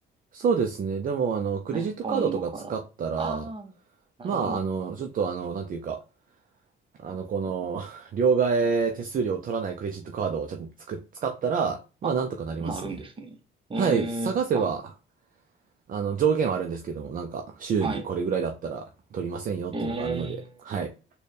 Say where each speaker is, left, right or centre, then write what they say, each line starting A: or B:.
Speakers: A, on the right; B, on the right.
A: そうですね。でも、あの、クレジットカードとか使ったら、
B: ね、ポンドから。ああ、なるほど。
A: まあ、あの、ちょっとあの、なんていうか、あの、この、<laughs> 両替手数料を取らないクレジットカードをちょっとつく、使ったら、まあ、
B: あ、
A: なんとかなりますね。
B: 今あるんですね。え
A: はい、探せば、
B: え、あ、
A: あの、上限はあるんですけども、なんか、週にこれぐらいだったら取りませんよっていうのがあるので、
B: はい。ええ、
A: はい。